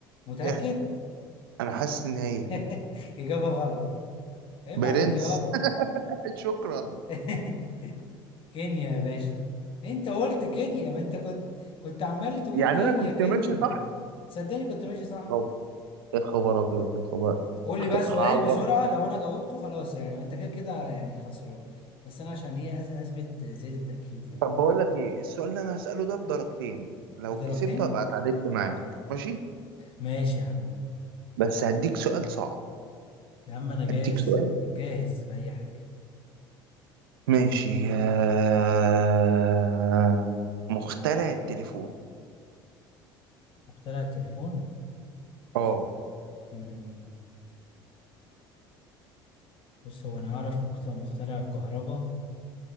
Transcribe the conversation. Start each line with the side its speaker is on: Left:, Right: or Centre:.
Left: متأكد
Right: إح... أنا حاسس إن هي
Left: <laughs> إجابة غلط عيب
Right: برنس
Left: عليك يابا
Right: <laughs> شكرا
Left: <laughs> كينيا يا باشا انت قلت كينيا ما انت كنت كنت عمال تقول
Right: يعني
Left: كينيا
Right: أنا كنت
Left: كينيا
Right: ماشي صح
Left: صدقني كنت ماشي صح
Right: أو يا خبر أبيض يا خبر
Left: قول لي
Right: هت-
Left: بقى سؤال
Right: هعوض
Left: بسرعة لو انا جاوبته خلاص يعني انت كده كده يعني خسران بس انا عشان ايه أز- اثبت زيادة التأكيد يعني
Right: طب بقول لك ايه السؤال اللي انا هسأله ده بدرجتين لو
Left: بدرجتين
Right: كسبت ابقى اتعادلت معاك ماشي
Left: ماشي يا عم
Right: بس هديك سؤال صعب
Left: يا عم انا جاهز
Right: هديك سؤال
Left: جاهز بأي حاجة
Right: ماشي آه، <laughs> مخترع التليفون
Left: مخترع التليفون
Right: اه
Left: مم، بص هو انا اعرف مخت- مخترع الكهرباء